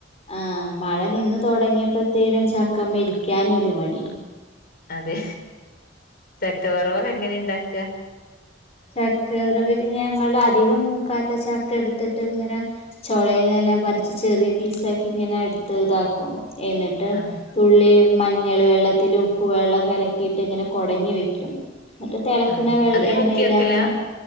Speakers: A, on the left; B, on the left.
A: ആ മഴ നിന്ന് തൊടങ്ങിയപ്പഴത്തേനും ചക്കമെലിക്കാനും ഒരു മടി
B: അതെ ചക്കവറവ എങ്ങനെ ഉണ്ടാക്കുക
A: ചക്കവരവിന് ഞ അധികം മൂക്കാത്ത ചക്ക എടുത്തിട്ട് ഇങ്ങനെ ചോളൽന്നെല്ലാം പറിച്ച് ചെറിയ പീസാക്കി ഇങ്ങനെ എടുത്ത് ഇതാക്കും എന്നിട്ട്
B: ആഹ്
A: തുള്ളി മഞ്ഞൾ വെള്ളത്തില് ഉപ്പ് വെള്ളം കലക്കിയിട്ട് ഇങ്ങനെ കൊടഞ്ഞ് വെക്കും എന്നിട്ട് തിളക്കിണ
B: ആഹ്
A: വെള്ള
B: അതില്
A: എണ്ണയില
B: മുക്കി വെക്കലാ
A: അങ്ങനെ